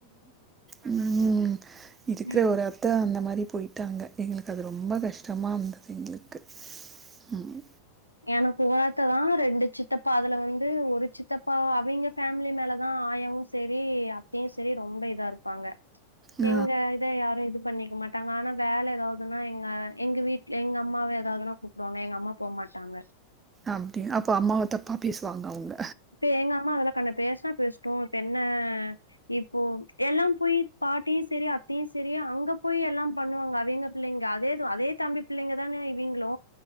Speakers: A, on the right (about 20°); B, on the left (about 80°).
A: உம் இருக்குற
B: ம்
A: ஒரு அத்த அந்த மாரி போயிட்டாங்க எங்க்ளுக்கு அது ரொம்ப கஷ்டமா இருந்தது எங்களுக்கு உம்
B: எனக்கு ஒரத்ததா ரெண்டு சித்தப்பா அதுல வந்து ஒரு சித்தப்பா அவைங்க ஃபேமிலி மேலதா ஆயாவு சேரி அத்தையு சேரி ரொம்ப இதா இருப்பாங்க
A: ஆ
B: எங்க இத யாரு இது பண்ணிக்க மாட் ட்டாங்க ஆனா வேல எதாவதுனா எங்க எங்க வீட்ல எங்க அம்மாவே எதாவதுனா கூப்டுவாங்க எங்க அம்மா போமாட் டாங்க
A: அப்டி அப்பொ அம்மாவ தப்பா பேசுவாங்க அவங்க
B: இப்ப எங்க அம்மா அதெல்லா கண்டு பேசுனா பேசட்டு இப்ப என்ன இப்போ எல்லா போய் பாட்டியு சேரி அத்தையு சேரி அங்க போய் எல்லா பண்ணுவாங்க அவிங்க பிள்ளைங்க அதேது அதே தம்பி பிள்ளைங்க தானே இவிங்க்ளு